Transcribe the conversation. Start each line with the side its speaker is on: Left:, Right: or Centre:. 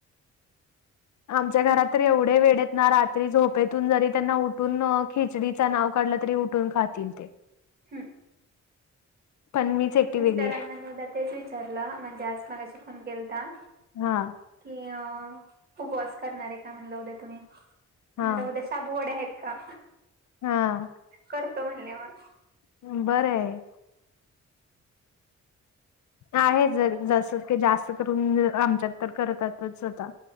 Left: आमच्या घरात तर एवढे वेडेत ना रात्री झोपेत तून जरी त्यांना उठून खिचडीच नाव काढलं तरी उठून खातील ते.
Right: हम्म.
Left: पण मीच एकटी
Right: मिस्टरांना
Left: वेगळी
Right: मदा तेच विचारलं म्हणजे आज मगाशी फोन केलता.
Left: हा.
Right: कि अ उपवास करणारे काय म्हणल उद्या तुम्ही?
Left: हा
Right: म्हणल उद्या शाबूवडे आहेत का
Left: हा
Right: करतो म्हणले मग.
Left: बरंय. आहे ज जस क जास्त करून आमच्यात तर करतातच होता